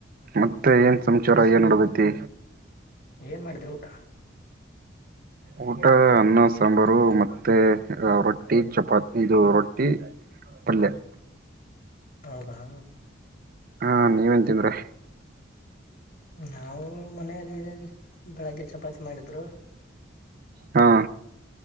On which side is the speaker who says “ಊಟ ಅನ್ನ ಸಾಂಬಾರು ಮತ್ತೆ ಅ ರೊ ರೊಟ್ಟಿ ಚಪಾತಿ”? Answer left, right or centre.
Right